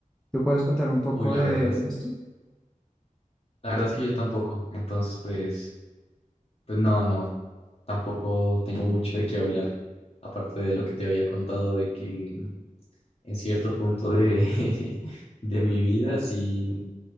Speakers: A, in the centre; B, on the left.
A: ¿Tú puedes contar un poco
B: Uy, la
A: de,
B: verdad es
A: de esto?
B: que, la verdad es que yo tampoco. Entonces, pues, pues no, no, tampoco tengo mucho de qué hablar. Aparte de lo que te había contado de que en cierto punto de, <laughs> de mi vida sí